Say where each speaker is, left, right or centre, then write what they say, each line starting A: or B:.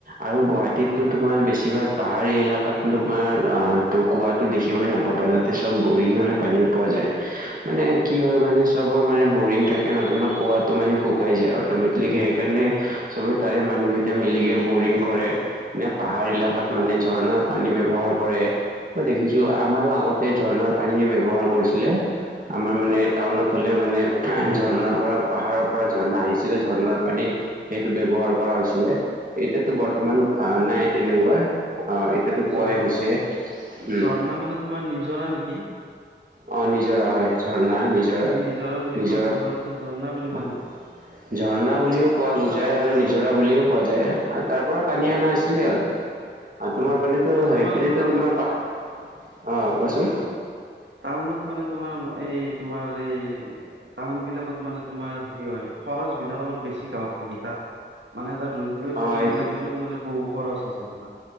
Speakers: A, on the right; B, on the right.
A: আৰু গুৱাহাটীততো
B: হয়,
A: তোমাৰ বেছিভাগ পাহাৰী এলেকাত তোমাৰ অ ত কুৱাটো দেখিবই নাপাবা যাতে- ম বৰিঙৰ
B: হয়,
A: পানীও পোৱা যায়। মানে কি হয় মানে চবৰ বৰিং থাকে ন। তোমাৰ কুৱাটো মানে শুকাই যায়, অটমেটিক। সেইকাৰণে চবে তাৰে মানুহ তা মিলিকৈ বৰিং কৰে। নে পাহাৰ এলেকাত
B: হয়,
A: মানে ঝৰণৰ পানী ব্যৱহাৰ কৰে। মই দেখিছো
B: হয়,
A: আমাৰো আগতে ঝৰ্ণাৰ পানীয়ে ব্যৱহাৰ কৰিছিলে। আমাৰ মানে
B: হয়,
A: টাউনত হ'লেও মানে ঝৰ্ণাৰ পৰা পাহাৰৰ পৰা ঝৰ্ণা আহিছিলে, ঝৰ্ণাৰ পানী সেইটো ব্যৱহাৰ কৰা হৈছিলে। এতিয়াতো
B: হয়,
A: বৰ্তমান আহ নাই তেনেকুৱা। আহ এতিয়াতো কুৱাই
B: ঝৰ
A: হৈছে উম।
B: ঝৰ্ণা মানে তোমাৰ নিজৰা নেকি?
A: আহ নিজৰা হয়, ঝৰ্ণা নিজৰা
B: আমি বুলি
A: নিজৰা
B: কওঁ তোমালোকে
A: আহ।
B: ঝৰ্ণা বুলি কোৱা নেকি?
A: ঝৰ্ণা বুলিও কোৱা বুজায় আৰু নিজৰা বুলিও কোৱা যায়। তাৰ পৰা পানী
B: হয়,
A: অনা আছিলে আৰু। তোমাৰ
B: হয়
A: পানীটো
B: আৰু
A: সেইপিনো
B: তোমাৰ টাউন
A: তোমাৰ পাহ আহ
B: হয়
A: কোৱাচোন।
B: টাউনত মানে তোমাৰ এই তোমাৰ এই টাউন বিলাকত মানে তোমাৰ হেৰি হয়। খৰচবিলাক অলপ বেছি, গাঁৱত থাকি তাত মানে তটা ৰুম লৈ
A: অঁ
B: থাকিব
A: এইটো
B: লাগিলেও মানে বহু খৰচ আছে তোমাৰ।